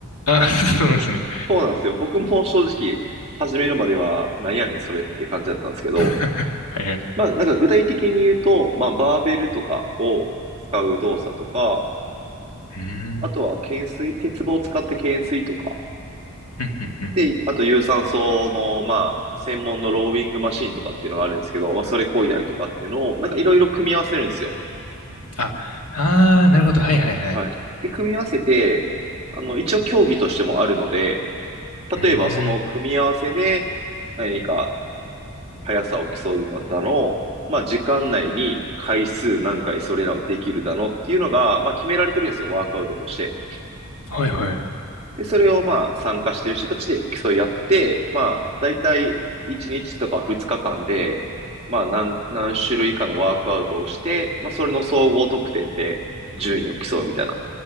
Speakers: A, on the left; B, on the right.
A: あ、<laughs> そうなんですね。
B: そうなんですよ。僕も正直、始めるまでは、なんやねん、それって感じだったんですけど、
A: <laughs> はいはい。
B: まあ、なんか具体的に言うと、まあ、バーベルとかを使う動作とか、
A: うーん。
B: あとは懸垂、鉄棒を使って懸垂とか、
A: うんうんうん。
B: で、あと有酸素の、まあ、専門のローイングマシンとかっていうのがあるんですけど、まあ、それ漕いだりとかっていうのを、なんかいろいろ組み合わせるんですよ。
A: あ、あー、なるほど。はいはいはい。
B: はい。で、組み合わせて、あの、一応競技としてもあるので、
A: うー
B: 例えばその組み合わせで、
A: ん。
B: 何か速さを競うのだの、まあ、時間内に回数何回それらをできるだのっていうのが、まあ、決められてるんですよ、ワークアウトとして。
A: はいはい。う
B: で、それをまあ、参加してる人たちで競い合って、まあ、だいたい1日とか2日間で、まあ、何、何種類かのワークアウトをして、まあ、それの総合得点で順位を競うみたいな